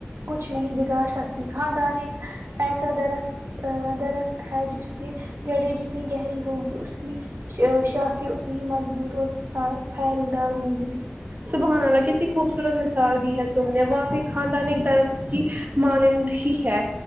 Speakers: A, on the right; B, on the right.
A: کچھ نہیں بگاڑ سکتی خاندان ایک ایسا درخت ا درخت ہے جس کی جڑیں جتنی گہری ہوگی اس کی شاخیں اتنی ہی مضبوط اور پھیل دار ہوں گی
B: سبحان للہ کتنی خوبصورت مثال دی ہے تم نے واوقائی خاندان ایک درخت کی مانند ہی ہے